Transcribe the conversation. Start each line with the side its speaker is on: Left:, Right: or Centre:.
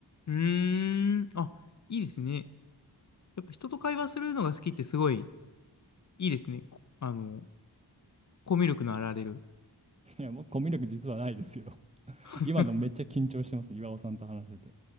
Left: うーん。あ、いいですね。やっぱ人と会話するのが好きってすごいいいですね。こあの、コミュ力のあられる。
Right: <laughs> いや、僕コミュ力実はないですよ。<laughs>
Left: <laughs>
Right: 今でもめっちゃ緊張してます、岩尾さんと話してて。